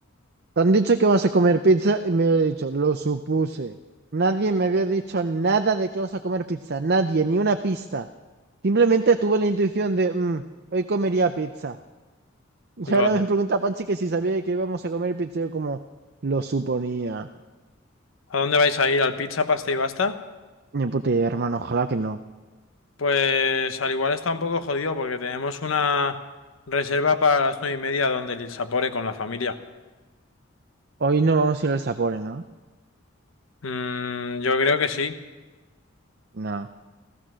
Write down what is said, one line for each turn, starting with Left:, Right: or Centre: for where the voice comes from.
Right: Te han dicho que vas a comer pizza y me lo he dicho, lo supuse. Nadie me había dicho nada de que vas a comer pizza, nadie, ni una pista. Simplemente tuve la intuición de, "Mm, hoy comería pizza. <laughs> Y
Left: God.
Right: ahora me pregunta Panchi que si sabía que íbamos a comer pizza, yo como, lo suponía.
Left: ¿A dónde vais a ir? ¿Al pizza, pasta y basta?
Right: Ni puta idea, hermano, ojalá que no.
Left: Pues al igual está un poco jodido porque tenemos una reserva para las nueve y media donde el Sapore con la familia.
Right: Hoy no vamos a ir al Sapore, ¿no?
Left: Mm, yo creo que sí.
Right: No.